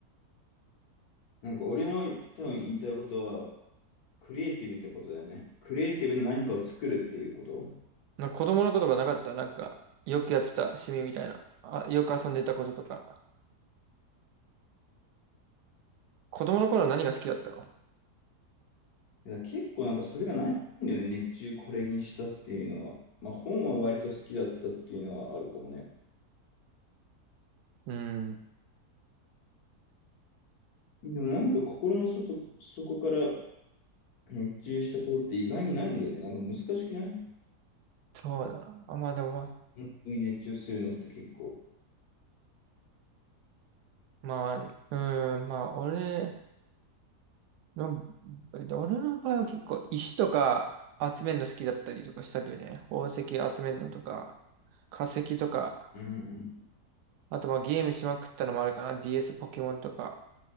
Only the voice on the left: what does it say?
なんか俺の多分言いたいことは、クリエイティブってことだよね。クリエイティブな何かを作るっていうこと。
だから結構なんかそれがないんだよね。熱中これにしたっていうのは。まあ本は割と好きだったっていうのはあるかもね。
でもなんか心の外、そこから熱中したことって意外にないんだよね。なんか難しくない
本当に熱中するのって結構。
うん